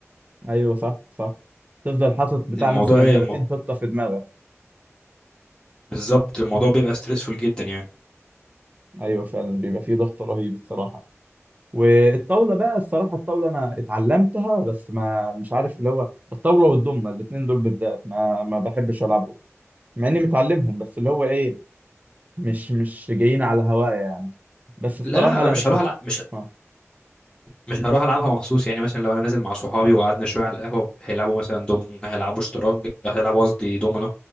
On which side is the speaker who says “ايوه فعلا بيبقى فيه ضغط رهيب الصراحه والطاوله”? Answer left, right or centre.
Right